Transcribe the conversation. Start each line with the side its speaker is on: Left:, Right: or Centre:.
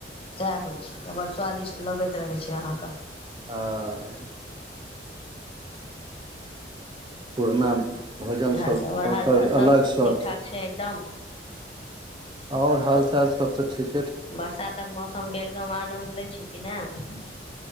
Left: सएह होइ छै तऽ बड्ड स्वादिष्ट लगैत रहैत छै अहाँके
Right: हँ पुरना भोजन
Left: इएहसभ
Right: सभ
Left: आओर
Right: ओकर
Left: हालचाल सभ
Right: अलग शौख
Left: ठीक ठाक छै एकदम
Right: आओर हाल चाल सब तऽ ठीक
Left: बरसातक मौसमके एकदम आनन्द लै छी कि नहि